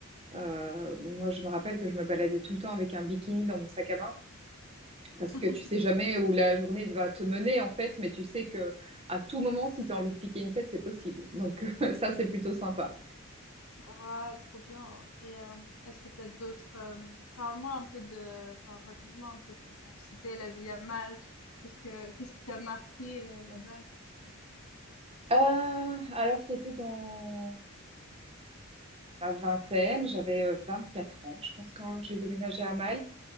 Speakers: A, on the right (about 25°); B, on the left (about 80°).
A: euh, moi, je me rappelle que je me baladais tout le temps avec un bikini dans mon sac à main,
B: <laughs>
A: parce que tu sais jamais
B: Trop
A: où
B: bien.
A: la journée va te mener, en fait, mais tu sais que à tout moment, si tu as envie de piquer une tête, c'est possible. Donc <laughs> ça, c'est plutôt sympa.
B: Ouais, trop bien. Et euh, est-ce que tu as d'autres euh, parle-moi un peu de enfin raconte-moi un peu comment c'était la vie à Malte. genre, Qu'est-ce que qu'est-ce qui t'a marqué euh, là-bas? Qu'est-ce que
A: Euh, alors, c'était dans ma vingtaine, j'avais euh, quatre ans, je pense, quand j'ai déménagé à Malte.